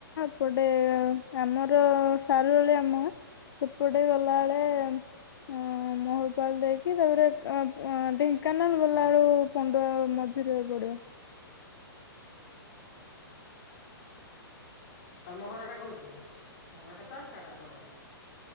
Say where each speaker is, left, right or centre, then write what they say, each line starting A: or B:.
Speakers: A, on the left; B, on the left.
A: ସେପଟେ ଆମର ସାରୁ ହେଳି ଆମ ସେପଟେ ଗଲା ଳଳେ ହଁ ମୋହରପାଲ୍ ଦେଇକି ତାପରେ ଢେଙ୍କାନାଳ ଗଲା ବେଳୁ ପଣ୍ଡୁଆ ମଝିରେ ପଡିବ ।
B: <inaudible> ତମ ଘରଟା କୋଉଠି ଘରଟା? ତ ଛାଢ ହଁ।